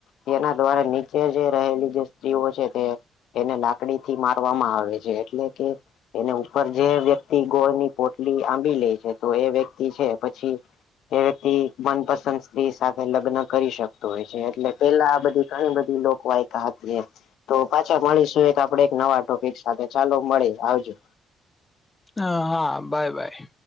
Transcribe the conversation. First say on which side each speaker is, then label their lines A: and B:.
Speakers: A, on the left (about 75°); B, on the left (about 20°).
A: તેના દ્વારા નીચે જે રહેલી જે સ્ત્રીઓ છે તે એને લાકડીથી મારવામાં આવે છે એટલે કે એને ઉપર જે વ્યક્તિ ગોળની પોટલી આંબી લે છે તો એ વ્યક્તિ છે પછી એ વ્યક્તિ મનપસંદ સ્ત્રી સાથે લગ્ન કરી શકતો હોય છે એટલે પેલા આ બધી ઘણી બધી લો ક વાયકા હતી એમ તો પાછા મળીશું એક આપડે એક નવા ટોપિક સાથે ચાલો મળી આવજો.
B: હ હા બાય બાય